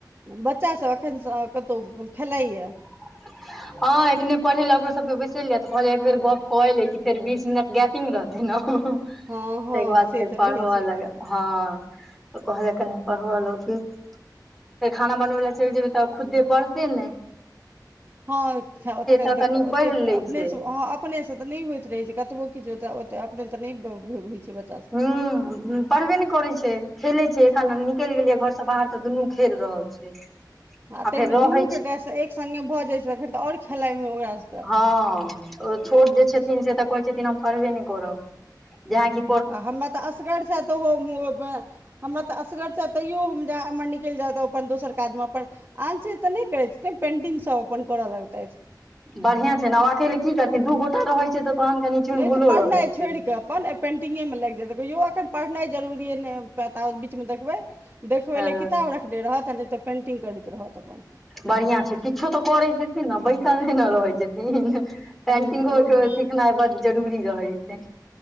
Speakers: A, on the right; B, in the centre.
A: बच्चा सब एखन सँ कतो उम्म खेलाए यै?
B: <unintelligible> हां एखने पढ़े लै ओकरो सबके बैसेलिए तऽ कहलिए एक बेर गप कऽ ए लै छी फेर बीस मिनट गैपिंग रहते न तै
A: हँ हँ
B: के बाद
A: से
B: फेर
A: तऽ
B: पढ़वा
A: रहै छै
B: लगै
A: अपन
B: हां त कहलिए कनि पढ़वा <unintelligible> फेर खाना बनबै लै चैल जेबै तब खुद्दे पढ़ते नै
A: हां खै ओ तखैन
B: तऽ
A: त
B: कनि
A: ओतेक
B: पढ़ि लै
A: अपने
B: छै
A: सँ अहाँ अ अपने से तऽ नै होएत रहै छै कतबो किछु तै ओतय अपने त नै <unintelligible> होय छै बच
B: हूं उ पढ़बे नै करै छै, खेले छै एखन निकैल गेल यै घर से बाहर तऽ दुनू खेल रहल छै।
A: आ तै
B: फेर
A: मे
B: रहै
A: दुनू के
B: छै
A: टास्क एक संगै भऽ जाए छै तखन तऽ और खेलाइ मे ओकरा से
B: हां ओ छोट जे छथिन से तऽ कहै छथिन हम पढ़बे नै करब <unintelligible> की
A: आ हमरा तऽ असगर छैथ तऽ उहो-उहो मे हमरा तऽ असगर छै तैयो हम जा इम्हर निकैल जाउ तऽ अपन दोसर काजमे अपन आन चीज तऽ नै करै छ नै पेन्टिंग सब अपन करऽ लगतैथ
B: बढ़िया छै नै आब अकेले की करथिन दू गोटा रहय छै तऽ तहन कनि चुलबुलो
A: नै तऽ पढ़नाय
B: रहै छै
A: छोड़ के अपन ए पेन्टिंगे मे लाएग जाएत, ईहो एखन पढ़नाय जरूरीए नै ता उ बीच मे देखबै-देखबै
B: हँ
A: लै किताब रखने रहत आ नै तऽ पेंटिंग करैत रहत अपन।
B: बढ़िया छै, किछो तऽ करै छथिन नै बैसल नै न रहै छथिन। पेंटिंगो
A: हँ,
B: के ओ सिखनाय बड्ड जरूरी रहै छै।